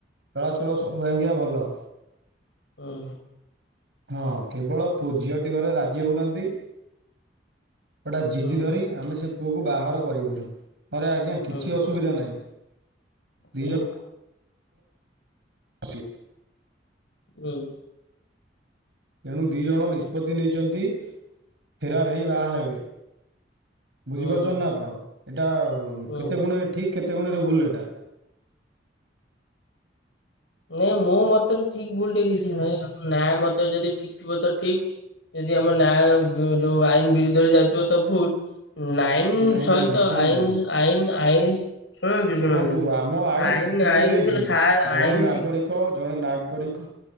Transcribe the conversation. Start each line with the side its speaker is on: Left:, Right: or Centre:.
Right: ଚଳାଚଳ ସବୁ ଆଜ୍ଞା ଭଲ
Left: ହଁ।
Right: ହଁ କେବଳ ପୁଅ ଝିଅଟି ଘର ରାଜି ହେଉନାହାଁନ୍ତି ଗଟା ଜିଦି
Left: ହୁଁ।
Right: ଧରି ଆମେ ସେ ପୁଅକୁ ବାହାର କରିବୁନି ଆରେ ଆଜ୍ଞା
Left: ହୁଁ
Right: କିଛି ଅସୁବିଧା ନାହିଁ ଦି
Left: ହୁଁ
Right: ଜଣ <unintelligible>
Left: ହୁଁ।
Right: ତେଣୁ ଦି ଜଣ ନିଷ୍ପତ୍ତି ନେଇଛନ୍ତି ଫେରାର ହେଇ ବାହା ହେବେ ବୁଝିପାରୁଛ
Left: ହୁଁ
Right: ନା ଆପଣ ଏଇଟା
Left: ହୁଁ।
Right: କେତେ ଗୁଣରେ ଠିକ କେତେ ଗୁଣରେ ଭୁଲ ଏଟା?
Left: ନାଇଁ ମୁଁ ମତେରେ ଠିକ୍ ଭୁଲ୍ ଟେ କିଛି ନୁହେଁ ଆମ ନ୍ୟାୟ ମତରେ ଯଦି ଠିକ୍ ଥିବ ତ ଠିକ୍ ଯଦି ଆମ ନ୍ୟାୟ ଯୋଉ ଆଇନ ବିରୁଦ୍ଧରେ ଯାଉଥିବ ତ ଭୁଲ ନାଇଁ ଆଇନ୍
Right: ନାଇଁ
Left: ସହିତ
Right: ନାଇଁ ଶୁଣନ୍ତୁ
Left: ଆଇନ୍-ଆଇନ୍-ଆଇନ୍ ଶୁଣନ୍ତୁ-ଶୁଣୁନ୍ତୁ
Right: ଶୁଣନ୍ତୁ ଆମ ଆଇନ
Left: ଆଇନ୍-ଆଇନ୍
Right: ସ୍ୱୀକୃତି ଦେଇଛି
Left: ଆର
Right: ଜଣେ
Left: ଆଇନ୍
Right: ନାଗରିକ ଜଣେ ନାଗରିକ